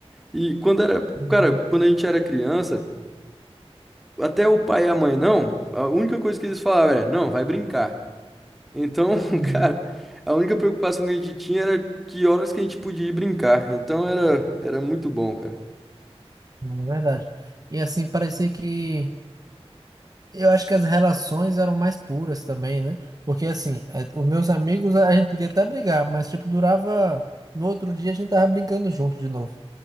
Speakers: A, in the centre; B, on the right (about 35°).
A: E quando era,
B: Uhum.
A: cara, quando a gente era criança, até o pai e a mãe não, a única coisa que eles falavam era, não, vai brincar. Então,
B: Uhum.
A: <laughs> cara, a única preocupação que a gente tinha era que horas que a gente podia ir brincar. Então era, era muito bom, cara.
B: Não, É verdade. E assim, parecia que. Eu acho que as relações eram mais puras também, né? Porque assim, eh, os meus amigos, a gente podia até brigar, mas tipo, durava. No outro dia a gente tava brincando junto de novo.